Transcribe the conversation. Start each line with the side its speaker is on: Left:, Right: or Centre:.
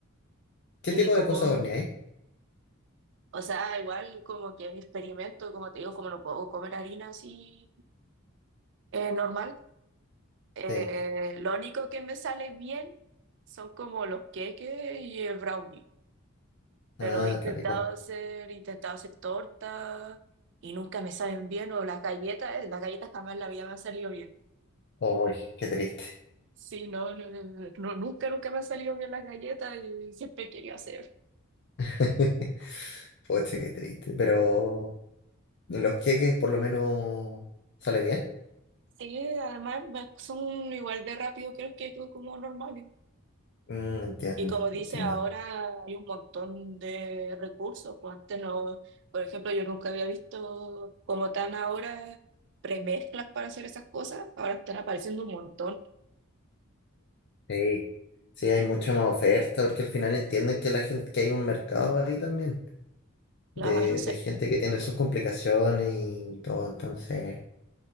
Left: ¿Qué
Right: Y
Left: tipo
Right: como,
Left: de cosas horneáis?
Right: o sea, igual como que mi experimento, como te digo, como no puedo comer harina así eh, normal, eh,
Left: Sí.
Right: lo único que me sale bien son como los queques y el brownie. pero
Left: Ah,
Right: he intentado
Left: qué rico.
Right: hacer, he intentado hacer torta y nunca me saben bien, o las galletas, eh, las galletas jamás en la vida me han salido bien.
Left: Uy, qué triste.
Right: Sí, no, no, no, no, nunca, nunca me han salido bien las galletas y siempre he querido hacer.
Left: <laughs> Poche, qué triste. Pero. en los queques por lo menos sale bien.
Right: Sí, además me- son igual de rápido creo que que como normales.
Left: Mm, entiendo,
Right: Y como dice,
Left: entiendo.
Right: ahora hay un montón de recursos, pues antes no, por ejemplo, yo nunca había visto como tan ahora premezclas para hacer esas cosas, ahora están apareciendo un montón.
Left: Sí, sí, hay mucha más oferta porque al final entienden que la gente, que hay un mercado ahí también de,
Right: La verdad no sé,
Left: de gente que tiene sus complicaciones y todo. Entonces,